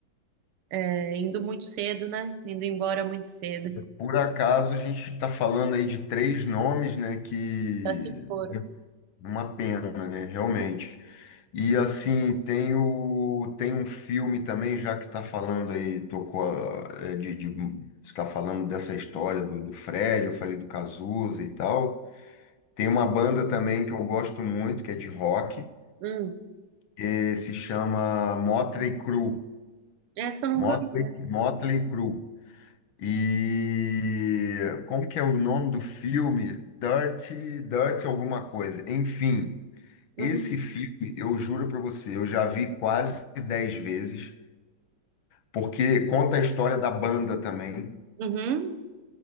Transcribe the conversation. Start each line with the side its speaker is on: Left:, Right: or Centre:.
Right: é, indo muito cedo, né? Indo embora muito cedo.
Left: Por acaso a gente está falando aí de três nomes, né? Que
Right: Já se foram.
Left: uma pena, né? Realmente. E assim, tem o, tem um filme também, já que está falando aí, tocou a- é, de, de, está falando dessa história do, do Fred, eu falei do Cazuza e tal. Tem uma banda também que eu gosto muito, que é de rock,
Right: Hum,
Left: que se chama Motley Crue.
Right: essa eu nunca
Left: Motley,
Right: vi. né?
Left: Motley Crue. E como que é o nome do filme? Dirty, Dirty alguma coisa. Enfim,
Right: Uhum.
Left: esse filme, eu juro para você, eu já vi quase 10 vezes, porque conta a história da banda também.
Right: Uhum.